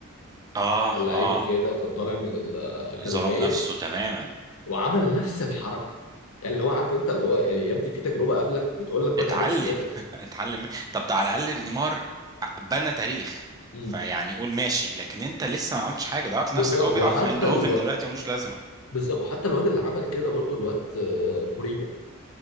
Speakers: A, on the right; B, on the left.
A: اه
B: كان لعيب
A: اه
B: كده كان طالع من الاكاديميه
A: ظلم نفسه تماما
B: وعمل نفس الحركه يعني اللي هو عارف انت اللي هو يعني يبدو في تجربه قبلك بتقول لك ما
A: اتعلم
B: تعملش كده
A: <laughs> اتعلم من- طب ده على الاقل نيمار بنى تاريخ
B: امم
A: فيعني قول ماشي لكن انت لسه ما عملتش حاجه ضيعت
B: بالظبط
A: نفسك هو بيلعب
B: وحتى
A: في ايندهوفن
B: الو
A: دلوقتي ملوش لازمه
B: بالظبط وحتى الواد اللي عمل كده برضو الواد آه، مريبه